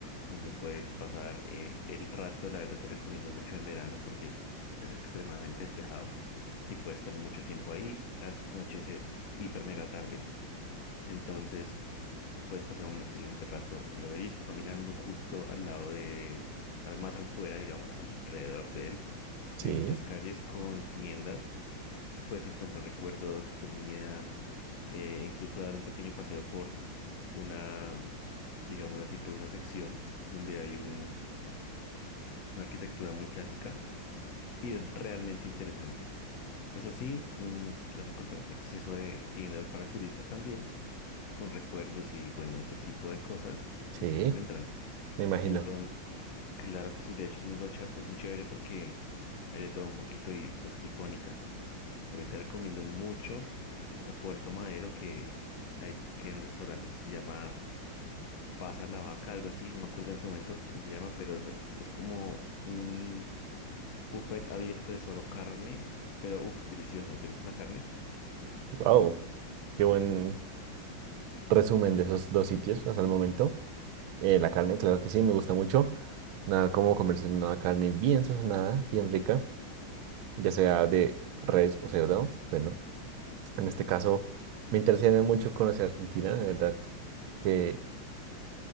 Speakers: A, on the left (about 70°); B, on the right (about 80°).
A: donde puedes pasar eh, el rato. La verdad te recomiendo mucho en verano porque es tre- extremadamente despejado y puedes estar mucho tiempo ahí, anochece hiper mega tarde. Entonces, puedes pasar un excelente rato en el obelisco, caminando justo al lado de, al más afuera, digamos, alrededor de él.
B: Sí,
A: Hay muchas calles con tiendas que puedes encontrar recuerdos, comida, eh, incluso dar un pequeño paseo por una, digámoslo así, por una sección donde hay un- una arquitectura muy clásica y es realmente interesante. Eso sí, mm, vas a encontrar exceso de tiendas para turistas también, con recuerdos y bueno, este tipo de cosas
B: sí,
A: que se encuentran.
B: me imagino.
A: Entonces, claro que sí, de hecho es muy, bacha- es muy chévere porque hay de todo un poquito y cosas icónicas. También te recomiendo mucho ir a Puerto Madero, que hay que un restaurante que se llama Pasa la Vaca, algo así, no me acuerdo en este momento cómo se llama, pero es como un buffet abierto de solo carne, pero uff, delicioso, ¿te gusta la carne?
B: Wow, qué buen resumen de esos dos sitios hasta el momento. Eh, la carne, claro que sí, me gusta mucho. Nada como comerse una carne bien sazonada, bien rica, ya sea de res o cerdo. Bueno, en este caso me interesa mucho conocer Argentina, la verdad que